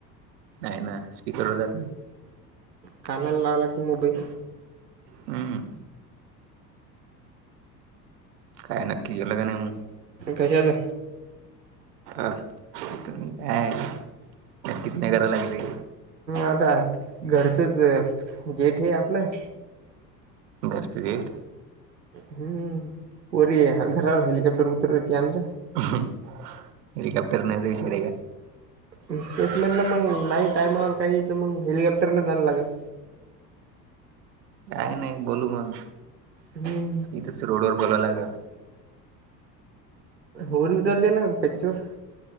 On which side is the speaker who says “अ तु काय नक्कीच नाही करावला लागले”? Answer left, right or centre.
Right